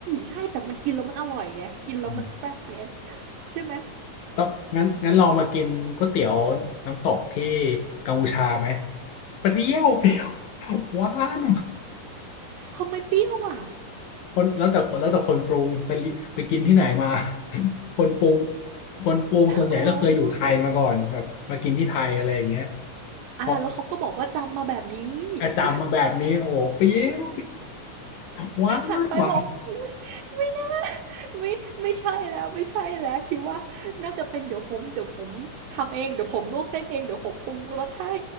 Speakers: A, on the right; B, on the left.
A: ใช่แต่มันกินแล้วมันอร่อยไงกินแล้วมันแซ่บไง
B: อืม
A: <laughs> ใช่ไหม
B: ต้องงั้นงั้นลองมากินก๋วยเตี๋ยวน้ำตกที่กัมพูชาไหมเปรี้ยวเปรี้ยวหวาน
A: ทำไมเปรี้ยวอ่ะ
B: คนแล้วแต่คนแล้วแต่คนปรุงไปลิไปกินที่ไหนมา <laughs> คนปรุงคนปรุงส่วนใหญ่ก็เคยอยู่ไทยมาก่อนแบบมากินที่ไทยอะไรอย่างเงี้ย
A: อ๋ออ่าแล้วเขาก็บอกว่าจำมาแบบนี้
B: พอ
A: <laughs>
B: จำมาแบบนี้โอ้โหเปรี้ยวหวานหวาน
A: หันไปบอก ไม่น่าไม่ไม่ใช่แล้วไม่ใช่แล้ว คิดว่าน่าจะเป็นเดี๋ยวผมเดี๋ยวผมทำเองเดี๋ยวผมลวกเส้นเองเดี๋ยวผมปรุงรสให้